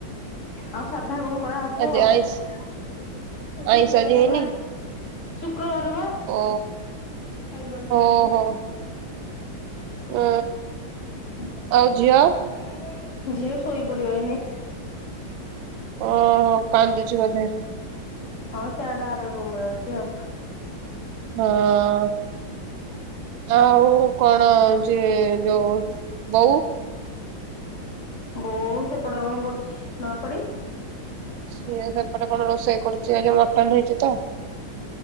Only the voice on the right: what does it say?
ଆଜି
ଆଇଁଷ
ଆଇଁଷ ଆଜି ହେଇନି
ଓ
ଓ
ହୋ ଓ
ଆଉ ଝିଅ
ଓହୋ କାନ୍ଦୁଛି ବୋଧେ?
ହଁ ଅଁ। ଆଉ କଣ ଯେ ଯୋଉ ବଉ।
ସିଏ ସେପଟେ କଣ ରୋଷେଇ କରୁଛି ଆଜି ମଟନ ହେଇଛି ତ।